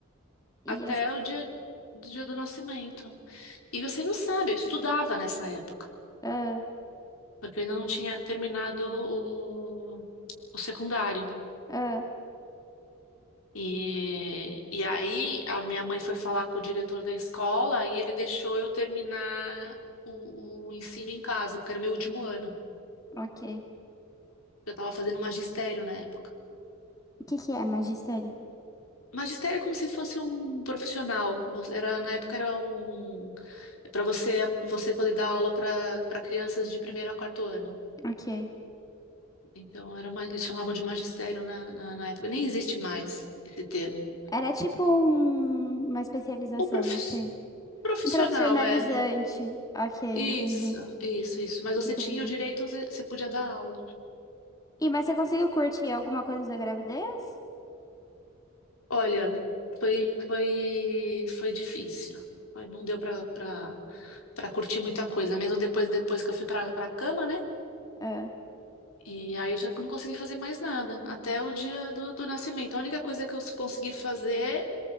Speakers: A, on the left; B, on the left.
A: E
B: até
A: essa...
B: o dia, do dia do nascimento. E você não sabe, eu estudava nessa época,
A: Ah,
B: porque eu ainda não tinha terminado o, o secundário.
A: ah,
B: E, e aí a minha mãe foi falar com o diretor da escola e ele deixou eu terminar o, o ensino em casa, porque era o meu último ano.
A: ok.
B: Eu estava fazendo magistério na época.
A: O que que é magistério?
B: Magistério é como se fosse um profissional. Você- Era, na época era um para você você poder dar aula para para crianças de primeiro a quarto ano.
A: Ok.
B: Então, era uma, eles chamavam de magistério na, na, na época. Nem existe mais esse termo.
A: Era tipo um- uma especialização,
B: O profi-
A: assim.
B: profissional,
A: Um profissionalizante.
B: é.
A: Ok,
B: Isso,
A: entendi,
B: isso, isso. Mas você
A: entendi.
B: tinha o direito, você, você podia dar aula.
A: E mas você conseguiu curtir alguma coisa da gravidez?
B: Olha, foi, foi, foi difícil. Foi, não deu para para curtir muita coisa. Mesmo depois, depois que eu fui para para a cama, né?
A: Ah,
B: E aí eu já não consegui fazer mais nada, até o dia do, do nascimento. A única coisa que eu consegui fazer